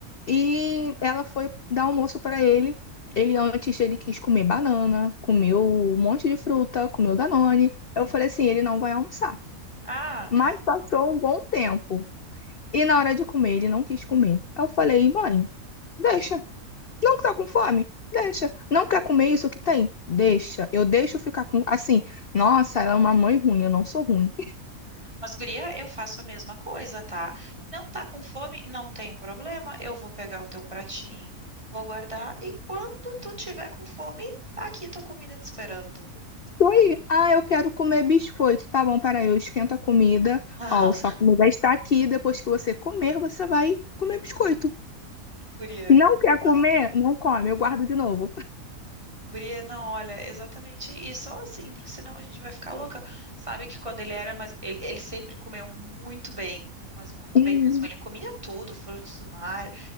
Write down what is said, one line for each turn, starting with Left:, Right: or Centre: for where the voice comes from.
Left: E ela foi dar almoço para ele. Ele antes ele quis comer banana, comeu um monte de fruta, comeu Danone. Eu falei assim, ele não vai almoçar.
Right: Ah,
Left: Mas
Right: é.
Left: passou um bom tempo. E na hora de comer, ele não quis comer. Aí Eu falei, mãe, deixa. Não que tá com fome? Deixa. Não quer comer isso que tem? Deixa. Eu deixo ficar com. Assim, nossa, ela é uma mãe ruim, eu não sou ruim.
Right: Mas, guria, eu faço a mesma coisa, tá? Não tá com fome? Não tem problema. Eu vou pegar o teu pratinho, vou guardar e quando tu tiver com fome, tá aqui tua comida te esperando.
Left: Tô aí. Ah, eu quero comer biscoito. Tá bom, peraí, eu esquento a comida.
Right: Aham.
Left: Ó, sua
Right: <laughs>
Left: comida está aqui. Depois que você comer, você vai comer biscoito.
Right: Guria,
Left: Não quer comer?
Right: exatamente.
Left: Não come, eu guardo de novo. <laughs>
Right: Guria, não, olha, exatamente Isso só assim, porque senão a gente vai ficar louca. Sabe que quando ele era, mas ele, ele sempre comeu muito bem, mas muito
Left: Uhum,
Right: bem mesmo. Ele comia tudo, frutos do mar,